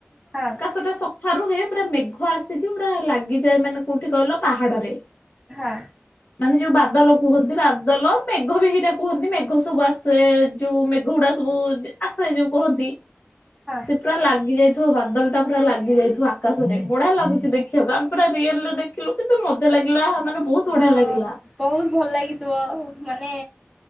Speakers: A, in the centre; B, on the left.
A: ହଁ।
B: ତ ଟା ସଫା ରୁହେ ସେଟା ମେଘ ଆସିଛି ପୁରା ଲାଗିଯାଏ ମାନେ କୋଉଠି କହିଲ ପାହାଡ ରେ।
A: ହଁ।
B: ମାନେ ଯୋଉ ବାଦଲ କୁହନ୍ତି ବାଦଲ ମେଘ ବି ହେଇଟା କୁହନ୍ତି ମେଘ ସବୁ ଆସେ ଯୋଉ ମେଘ ଉଡା ସବୁ ଆସେ ଯୋଉ କହନ୍ତି
A: ହଁ
B: ସେ ପୁରା ଲାଗି ଯାଇଥିବ ବାଦଲ ଟା ପୁରା ଲାଗି ଯାଇଥିବ ଆକାଶରେ ବଢା ଲାଗୁଛି ଦେଖିବାକୁ ଆମେ ପୁରା ରିଅଲରେ ଦେଖ ଦେଖିଲୁ କିନ୍ତୁ ମତେ ଲାଗିଲା ମାନେ ବହୁତ ବଢିଆ
A: ହଁ
B: ଲାଗିଲା
A: ବହୁତ ଭଲ ଲାଗିଥିବ ମାନେ